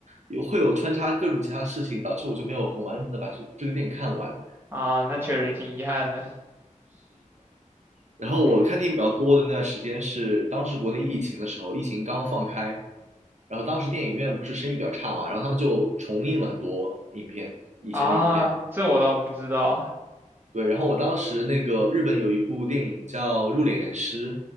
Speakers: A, on the right; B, on the right.
A: 有会有穿插各种其他事情，导致我就没有很完整的把这这个电影看完。
B: 啊，那确实挺遗憾的。
A: 然后我看电影比较多的那段时间是当时国内疫情的时候，
B: 嗯
A: 疫情刚放开，然后当时电影院不是生意比较差嘛，然后他们就重映了很多影片，以前的影片。
B: 啊，这我倒不知道。
A: 对，然后我当时那个日本有一部电影叫《入殓师》，